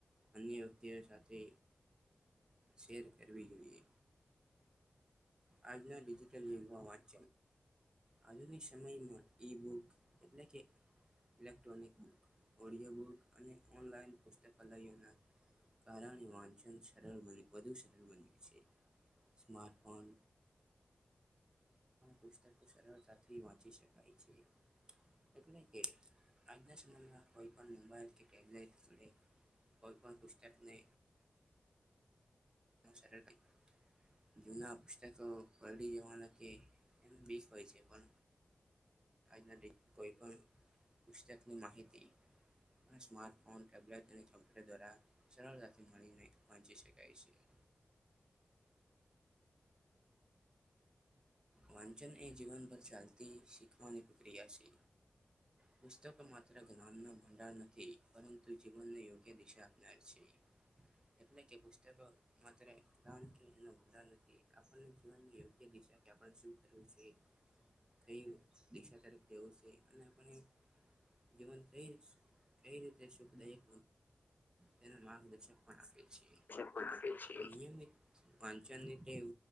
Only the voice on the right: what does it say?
અન્ય વ્યક્તિઓ સાથે શેર કરવી જોઈએ. આજનાિજટલ યુગ વાંચ આજુ સમયમાં ઈબુક એટ કે ઇલેક્ટ્રોનિક બુક, ઓડિયો બુક અને ઓનલાઈન પુસ્તલયયોના કાર વાન સર વધુ સર બન્યું છે, માર્ટફોન પુસ્તકો સરળતાથી વાંચી શકાય છે એટલે કે આજના સમયમાં કોઈ પણ મોબાઈલ કે ટેબ્લેટ વડે કોઈ પણ પુસ્તકને મશ રડી <unintelligible> જૂના પુસ્તકો પી જવાના કે એ બીક હોય છે પણ આજના કોઈ પણ પુસ્તકની માહિતી માર્ટફોનલે્પુ દ્વારા સરતાથી મળચી શકાય છે. <inaudible> વાંચન એ જીવનભર ચાલતી શીખવાની પ્રક્રિયા છે. પુસ્તકો માત્ર જ્ઞાન ન ભંડાર નથી પરંતુ જીવનને યોગ્ય દિશા આપનાર છે. એટલે કે પુસ્તક માત્ર એડા નથી આપણને જોવાનીયો્ય દિા <unintelligible> શ કર છે, ક દા તરફ જવું છે અને જીવન ક કઈ રીતે સુખદાયક તે માર્ગદર્શક પણ છે
નિયમિત
વાંચનની ટેવ